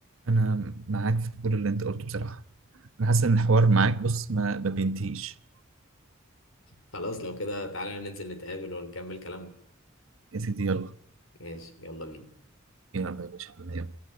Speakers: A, on the right; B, on the left.
A: انا معاك في كل اللي انت قلته بصراحه انا حاسس ان الحوار معاك بص ما ما بينتهيش
B: خلاص لو كده تعالى ننزل نتقابل ونكمل كلامنا
A: يا سيدي يلا
B: ماشي يلا بينا
A: يلا يا باشا